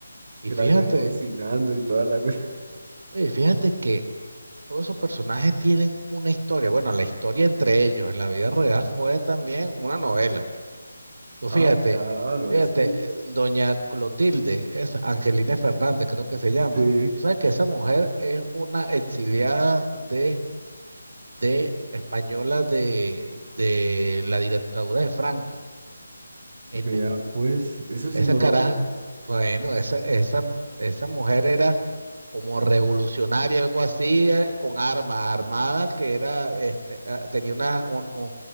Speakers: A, on the right; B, on the right.
A: y
B: que
A: fíjate,
B: la habían cocinando y toda la cuestión. <laughs>
A: oye, fíjate que todos esos personajes tienen una historia. Bueno, la historia entre ellos en la vida real fue también una novela. Pues
B: Ah,
A: fíjate,
B: claro,
A: fíjate,
B: es que
A: eh, doña Clotilde, es Angelina Fernández, creo que se llama.
B: sí,
A: ¿Sabes que esa mujer es una exiliada de, de española de, de la dictadura de Franco? En-
B: vea, pues, eso sí
A: esa
B: no
A: caraja,
B: lo había.
A: bueno, esa, esa, esa mujer era como revolucionaria, algo así, eh, con arma armada, que era, este, ah, tenía una, un- un-